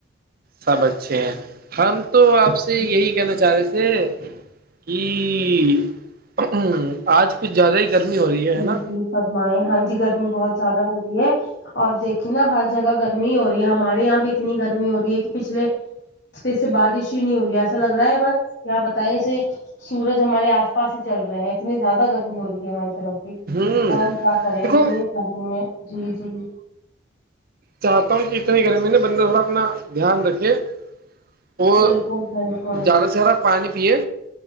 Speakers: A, on the right; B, on the left.
A: سب اچھے ہیں ہم تو آپ سے
B: جی
A: یہی کہنا چاہ رہے تھے کہ آج کچھ زیادہ ہی گرمی ہو رہی ہے
B: جی
A: نا
B: جی فرمائے ہاں جی گرمی بہت زیادہ ہو رہی ہے اور دیکھیے نا ہر جگہ گرمی ہو رہی ہے ہمارے یہاں بھی اتنی گرمی ہو رہی ہے کہ پچھلے ہفتے سے بارش ہی نہیں ہوگی ایسا لگ رہا ہے بس کیا بتائیں اسے سورج ہمارے آس پاس ہی چل رہے ہیں اتنی زیادہ گرمی ہو رہی ہے ہماری طرف
A: ہوں
B: پر ہم کیا کریں
A: دیکھو
B: اتنی گرمی میں جی جی
A: چاہتا ہوں کہ اتنے ہی گرمی نا بندہ تھوڑا اپنا دھیان رکھے وہ
B: بالکل بالکل
A: زیادہ سے زیادا پانی پیے